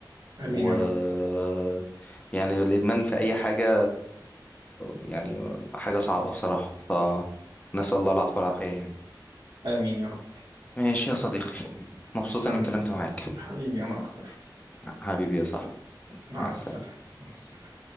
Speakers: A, on the right; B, on the left.
A: آمين
B: و
A: يا رب
B: يعني الإدمان في أي حاجة يعني حاجة صعبة بصراحة فنسأل الله العفو والعافية يعني
A: آمين يا رب
B: ماشي يا صديقي مبسوط
A: تسلم
B: إني اتكلمت
A: لي
B: معاك
A: حبيبي أنا أكتر
B: حبيبي يا صاحبي
A: مع
B: مع السلامة
A: ألف سلامة مع السلامة